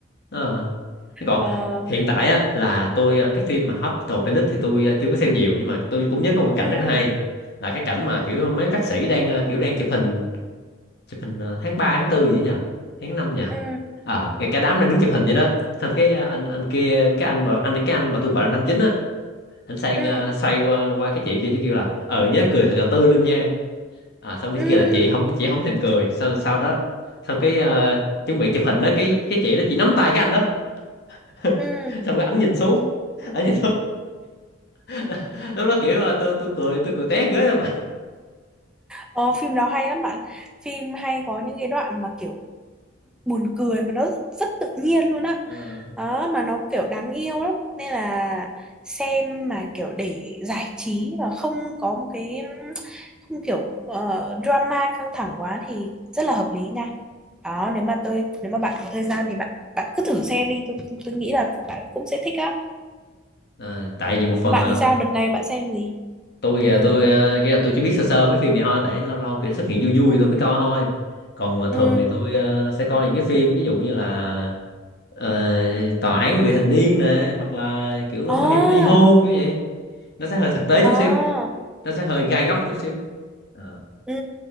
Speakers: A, on the left; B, in the centre.
A: ờ thế còn
B: ờ,
A: hiện tại á là tôi ờ, cái phim mà Hospital Playlist thì tôi ờ, chưa có xem nhiều nhưng mà tôi cũng nhớ có một cái cảnh
B: ừ,
A: rất là hay là cái cảnh mà kiểu mấy bác sĩ đang ờ, kiểu đang chụp hình chụp hình ờ, tháng ba tháng tư gì nhỉ tháng 5 nhỉ
B: ừ,
A: à cái, cái đám đang đứng chụp hình vậy đó xong cái ờ, anh anh kia cái anh mà anh cái anh mà tôi gọi là năm chín á anh sang
B: ừ,
A: ờ, xoay qua, qua cái chị kia chứ kêu là ờ nhớ cười thật là tươi luôn nha à xong cái
B: ừ,
A: kia là chị không chị không thèm cười sau sau đó xong cái ờ, chuẩn bị chụp hình đó cái cái chị đó chị nắm tay cái anh đó <laughs>
B: ừ.
A: xong cái ảnh nhìn xuống ảnh nhìn xuống <laughs> lúc đó kiểu ờ, tôi tôi cười tôi cười té ghế luôn mà
B: Ờ, phim đó hay lắm bạn phim hay có những cái đoạn mà kiểu buồn cười mà nó rất tự nhiên luôn á
A: Ờ.
B: đó. mà nó kiểu đáng yêu lắm nên là xem mà kiểu để giải trí và không có một cái không kiểu ờ, drama căng thẳng quá thì rất là hợp lý nha đó nếu mà tôi nếu mà bạn có thời gian thì bạn bạn cứ thử xem đi tôi tôi nghĩ là bạn cũng sẽ thích á
A: à, tại vì một phần
B: bạn
A: là
B: thì sao
A: tôi
B: đợt này bạn xem gì
A: tôi
B: ừ
A: à, tôi à, nghĩa là tôi chỉ biết sơ sơ mấy phim vậy thôi tại lâu lâu kiểu xuất hiện vui vui
B: ừ
A: tôi mới coi thôi còn mà
B: ừ
A: thường thì tôi à, sẽ coi những cái phim ví dụ như là ờ, tòa án vì hình niên nè hoặc là kiểu
B: à
A: bảo hiểm ly hôn kiểu vậy nó sẽ hơi thực tế chút
B: à
A: xíu nó sẽ hơi gai góc chút xíu Ờ,
B: ừ